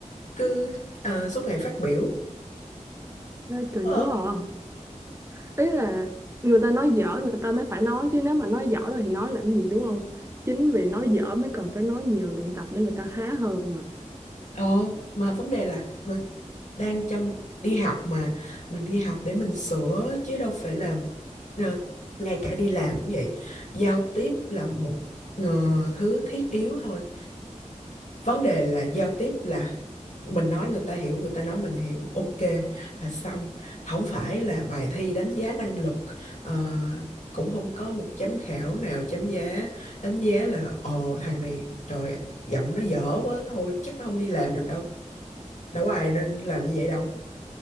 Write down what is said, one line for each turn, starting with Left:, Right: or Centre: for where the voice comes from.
Left: cứ ờ, suốt ngày phát biểu
Right: ê, kỳ
Left: Ờ.
Right: quá à. Ý là người ta nói dở người ta mới phải nói chứ nếu mà nói dở rồi thì nói làm gì đúng không? Chính vì nói dở mới cần phải nói nhiều luyện tập để người ta khá hơn
Left: Ờ, mà vấn đề là người đang trong đi học mà mình đi học để mình sửa chứ đâu phải là ờ, ngay cả đi làm cũng vậy giao tiếp là một ờ, thứ thiết yếu thôi vấn đề là giao tiếp là mình nói người ta hiểu người ta nói mình hiểu ok là xong không phải là bài thi đánh giá năng lực ờ, cũng không có một giám khảo nào chấm giá đánh giá là ồ thằng này trời giọng nó dở quá thôi chắc nó không đi làm được đâu đâu có ai nên làm như vậy đâu